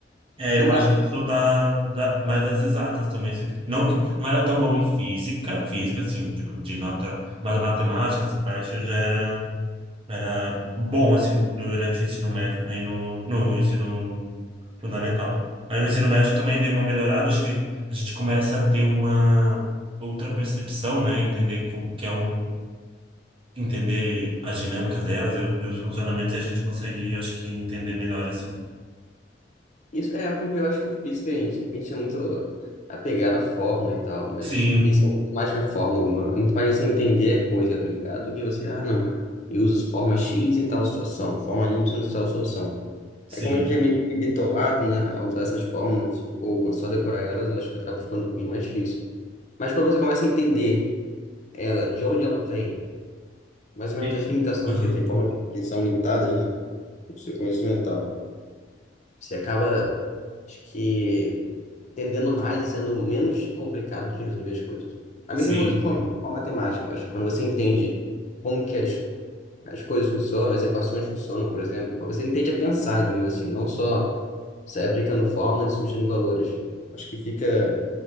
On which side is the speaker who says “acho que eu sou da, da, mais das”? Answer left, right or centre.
Right